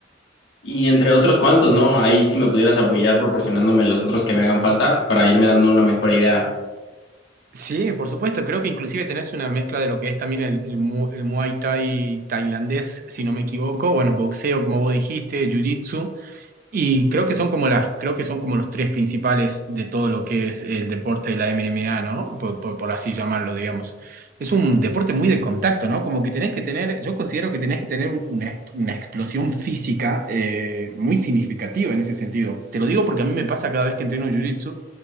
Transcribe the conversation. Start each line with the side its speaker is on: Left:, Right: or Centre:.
Left: y entre otros cuantos, ¿no? Ahí si me pudieras apoyar proporcionándome los otros que me hagan falta para irme dando una mejor idea.
Right: Sí, por supuesto. Creo que inclusive tenés una mezcla de lo que es también el, el, mu- el Muay Thai tailandés, si no me equivoco. Bueno, boxeo, como vos dijiste, jiu-jitsu. Y creo que son como las, creo que son como los tres principales de todo lo que es el deporte de la MMA, ¿no? Por, por- por así llamarlo, digamos. Es un deporte muy de contacto, ¿no? Como que tenés que tener, yo considero que tenés que tener una, una explosión física eh, muy significativa en ese sentido. Te lo digo porque a mí me pasa cada vez que entreno Jiu-Jitsu,